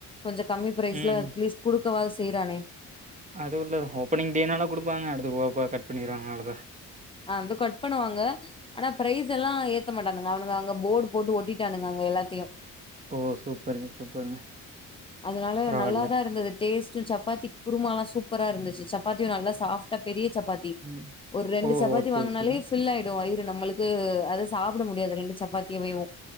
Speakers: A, on the left; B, on the right.
A: கொஞ்சோ கம்மி பிரைஸ்ல
B: ம்.
A: அட்லீஸ்ட் குடுக்கவாது செய்யுறானே
B: அதுவுல்ல ஓப்பனிங் டேனாலா குடுப்பாங்க அடுத்து போக போக கட்பண்ணிடுவாங்க அவ்ளோதா
A: அ வந்த கட் பண்ணுவாங்க ஆனா பிரைஸெல்லா ஏத்த மாட்டானுங்க அவனுங்க அங்க போர்டு போட்டு ஓட்டிட்டானுங்க அங்க எல்லாத் தையு
B: ஓ! சூப்பருங்க, சூப்பருங்க.
A: அதனால
B: பரவால்ல.
A: நல்லாதா இருந்தது டேஸ்ட்டு சப்பாத்தி குருமாலா சூப்பராருந்துச்சு சப்பாத்தியு நல்லா சாஃப்டா பெரிய சப்பாத் தி
B: ம்.
A: ஒரு ரெண்டு
B: ஓ!
A: சப்பாத்தி
B: ஓகே,
A: வாங்குனாலே
B: ஓகேங்க.
A: ஃபிலாயிடு வயிறு நம்மளுக்கு அத சாப்பிட முடியாது ரெண்டு சப்பாத் தேவையவு